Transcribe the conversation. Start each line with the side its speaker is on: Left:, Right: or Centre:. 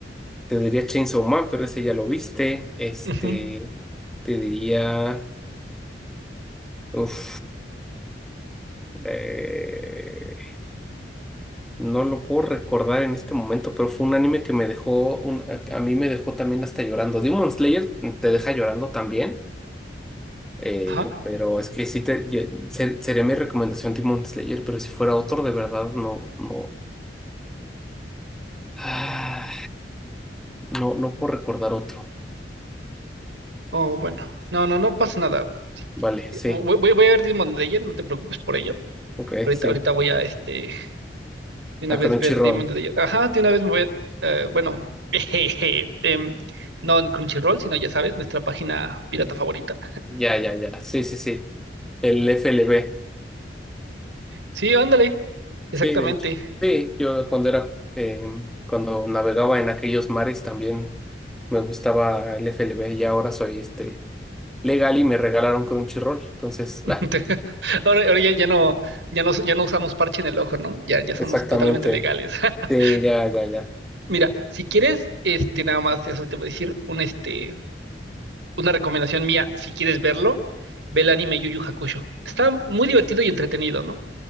Centre: Te diría Chainsaw Man, pero ese ya lo viste. Este,
Right: Ujú,
Centre: te diría. Uf. Eh, no lo puedo recordar en este momento, pero fue un anime que me dejó, un- a, a mí me dejó también hasta llorando. Demon Slayer te deja llorando también, eh,
Right: Ajá.
Centre: pero es que sí te, ye- se- sería mi recomendación Demon Slayer, pero si fuera otro de verdad, no, no, Ah, no, no puedo recordar otro.
Right: Oh, bueno. No, no, no pasa nada.
Centre: Vale, sí,
Right: Voy, voy- voy a ver Demon Slayer, no te preocupes por ello.
Centre: ok,
Right: Ahorita,
Centre: sí.
Right: ahorita voy a, este, de una
Centre: A
Right: vez
Centre: Crunchyroll.
Right: ver Demon Slayer. Ajá, de una vez me voy a, eh, bueno, <laughs> jejeje, em, no en Crunchyroll, sino ya sabes, nuestra página pirata favorita.
Centre: Ya, ya, ya. Sí, sí, sí. El F L B
Right: Sí, ándale, exactamente.
Centre: Sí, de hecho. Sí, yo cuando era, eh, cuando navegaba en aquellos mares también me gustaba el F L FLB y ahora soy este legal y me regalaron Crunchyroll. Entonces,
Right: <laughs>
Centre: ah,
Right: Ahora, ahora ya, ya no, ya no, ya no usamos parche en el ojo, ¿no? Ya, ya somos
Centre: exactamente.
Right: totalmente legales. <laughs>
Centre: Sí, ya, ya, ya.
Right: Mira, si quieres, este, nada más, eso te voy a decir, un, este, una recomendación mía, si quieres verlo, ve el anime Yu Yu Hakusho. Está muy divertido y entretenido, ¿no?